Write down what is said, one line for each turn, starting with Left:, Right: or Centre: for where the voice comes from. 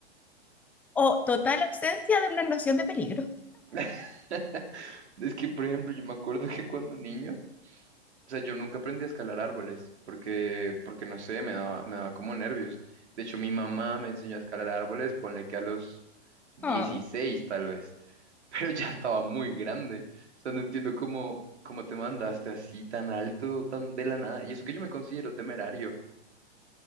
Centre: O total ausencia de una noción de peligro.
Right: <laughs> Es que, por ejemplo, yo me acuerdo que cuando niño, o sea, yo nunca aprendí a escalar árboles porque, porque no sé, me daba, me daba como nervios. De hecho, mi mamá me enseñó a escalar árboles, ponle que a los dieciséis
Centre: Ah.
Right: tal vez, <laughs> pero ya estaba muy grande. O sea, no entiendo cómo, cómo te mandaste así tan alto, tan de la nada. Y eso que yo me considero temerario.